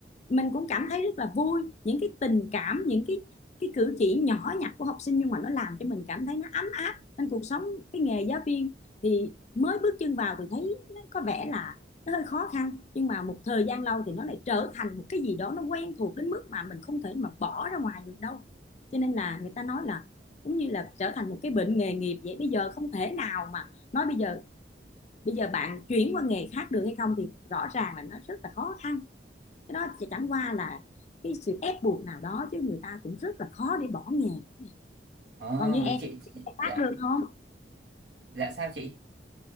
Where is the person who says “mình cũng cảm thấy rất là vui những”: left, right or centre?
Left